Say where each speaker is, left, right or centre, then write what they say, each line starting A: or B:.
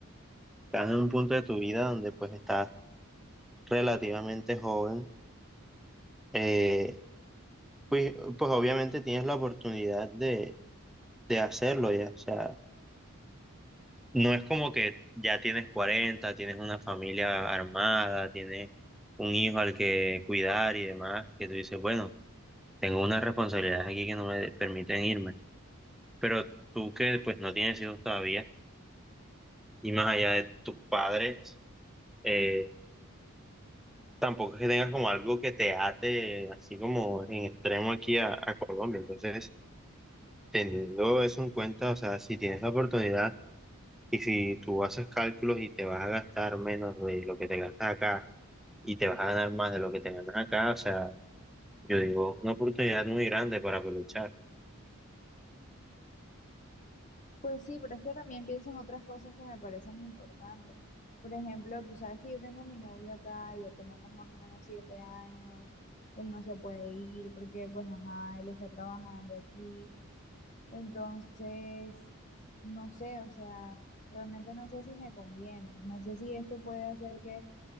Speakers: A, in the centre; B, on the left.
A: estás en un punto de tu vida donde pues estás relativamente joven, eh, pues, pues obviamente tienes la oportunidad de, de hacerlo ya. O sea, no es como que ya tienes 40 tienes una familia armada, tienes un hijo al que cuidar y demás, que tú dices, bueno, tengo unas responsabilidades aquí que no me permiten irme. Pero tú que pues no tienes hijos todavía y más allá de tus padres, eh, tampoco es que tengas como algo que te ate así como en extremo aquí a, a Colombia. Entonces, teniendo eso en cuenta, o sea, si tienes la oportunidad y si tú haces cálculos y te vas a gastar menos de lo que te gastas acá y te vas a ganar más de lo que te ganas acá, o sea, yo digo, una oportunidad muy grande para aprovechar.
B: Pues sí, pero es que también pienso en otras cosas que me parecen importantes. Por ejemplo, tú sabes que yo tengo mi novio acá, ya tenemos más o menos siete años, él no se puede ir porque, pues, ajá, él está trabajando aquí. Entonces, no sé, o sea, realmente no sé si me conviene, no sé si esto puede hacer que